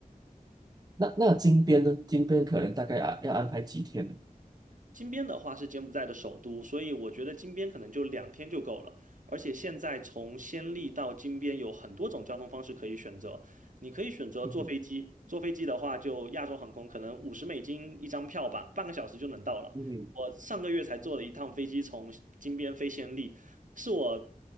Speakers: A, on the right; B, on the right.
A: 那那金边呢？金边可能大概啊要安排几天呢？
B: 金边的话是柬埔寨的首都，所以我觉得金边可能就两天就够了。而且现在从暹粒到金边有很多种交通方式可以选择，你可以选择坐飞机，
A: 嗯哼，
B: 坐飞机的话就亚洲航空可能五十美金一张票吧，半个小时就能到了。
A: 嗯哼，
B: 我上个月才坐了一趟飞机从金边飞暹粒，是我